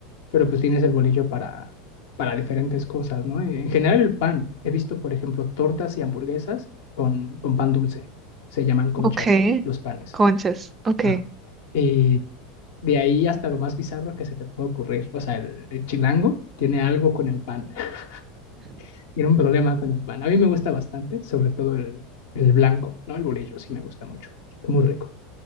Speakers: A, on the left (about 60°); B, on the right (about 25°).
A: Pero pues tienes el bolillo para, para diferentes cosas, ¿no? En general el pan. He visto, por ejemplo, tortas y hamburguesas con, con pan dulce. Se llaman conchas
B: Ok.
A: los panes.
B: Conchas. Ok.
A: Ajá. Y de ahí hasta lo más bizarro que se te puede ocurrir. O sea, el, el chilango tiene algo con el pan, <laughs> tiene un problema con el pan. A mí me gusta bastante, sobre todo el, el blanco, ¿no? El bolillo sí me gusta mucho, muy rico.